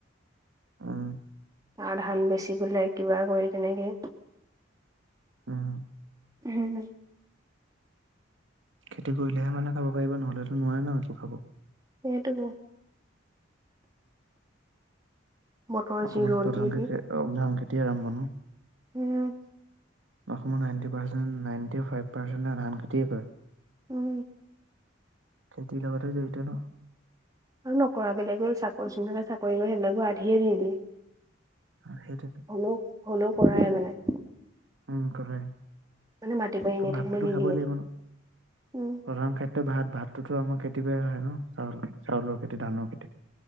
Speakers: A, on the right; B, on the right.
A: অঁ।
B: আৰু ধান বেচিবলে কিবা কৰি তেনেকে।
A: উম।
B: উম।
A: খেতি কৰিলেহে মানুহে খাব পাৰিব নহ'লেতো নোৱাৰে ন একো খাব।
B: সেইটো হয়। বতৰ
A: অসমৰ
B: যি ৰ'দ
A: প্ৰধান
B: দি দি
A: কৃষি অ ধান খেতিয়ে আৰম্ভ ন?
B: উম।
A: অসমৰ নাইনটি পাৰ্চেণ্টে, নাইটি ফাইভ পাৰ্চেন্টে ধান খেতিয়ে কৰে।
B: উম।
A: খেতি লগাতে জঢ়িত ন?
B: আৰু নকৰা বেলেগেও চাকৰি যোনবিলাক চাকৰি কৰে সেইবিলাকো আধিয়ে দি দিয়ে।
A: অ', সেইটোতো।
B: হলেও হলেও কৰাই মানে।
A: উম কলে
B: মানে মাটি বাৰী এনেই
A: ভাতটোতো
B: থাকিব নিদিয়ে
A: খাবই লাগিব ন
B: উম
A: প্ৰধান খাদ্ ত ভাত ভাততো আমাৰ খেতি পা আহে ন চাউল চাউলৰ খেতি ধানৰ খেতি।